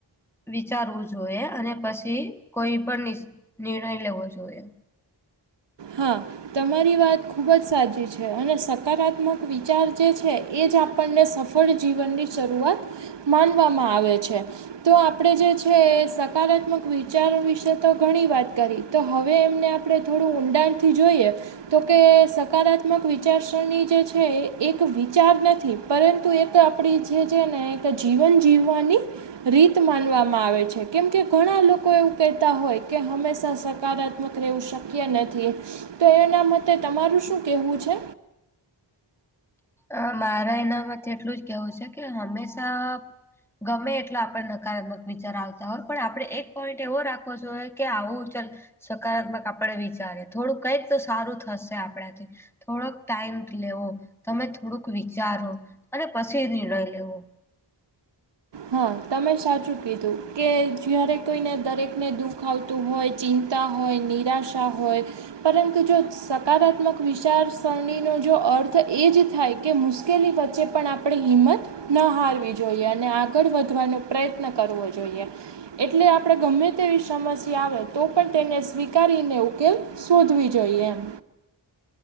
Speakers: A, in the centre; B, on the right (about 70°).
A: વિચારવું જોઈએ અને પછી કોઈ પણ નિર્ણય લેવો જોઈએ.
B: હા. તમારી વાત ખૂબ જ સાચી છે અને સકારાત્મક વિચાર જે છે એ જ આપણને સફળ- - જીવનની શરૂઆત માનવામાં આવે છે. તો આપણે જે છે એ સકારાત્મક વિચાર વિશે તો ઘણી વાત કરી- - તો હવે એમને આપણે થોડું ઊંડાણથી જોઈએ. તો કે સકારાત્મક વિચારસરની જે છે એક વિચાર નથી. પરંતુ એક આપણી જે છે ને એક જીવન જીવવાની- - રીત માનવામાં આવે છે કેમ કે ઘણા લોકો એવું કહેતા હોય કે હંમેશા સકારાત્મક- - વકરેવું શક્ય નથી તો એના મતે તમારું શું કહેવું છે?
A: અ મારે એના માટે એટલું જ કેવું છે કે હંમેશા- - ગમે એટલો આપડણે નકારાત્મક વિચાર આવતા હોય પણ આપણે એક પોઈન્ટ એવો રાખવો જોઈએ કે આવું ચ- - સકારાત્મક આપડે વિચારે થોડું કઈક તો સારું થશે આપણાથી- - થોડોક ટાઈમ લેવો તમે થોડુંક વિચારો અને પછી નિર્ણય લેવો.
B: હા તમે સાચું કીધું કે જયારે કોઈને દરેકને દુઃખ આવતું હોય. ચિંતા હોય, નિરાશા હોય. પરંતુ જો સકારાત્મક વિચારસરણીનો જો અર્થ એ જ થાય કે મુશ્કેલી વચ્ચે પણ આપણે હિંમત ન હારવી જોઈએ અને આગળ વધવાનો પ્રયત્ન કરવો જોઈએ. એટલે આપણે ગમે તેવી સમસ્યા આવે તો પણ તેને સ્વીકારીને ઉકેલ શોધવી જોઈએ એમ.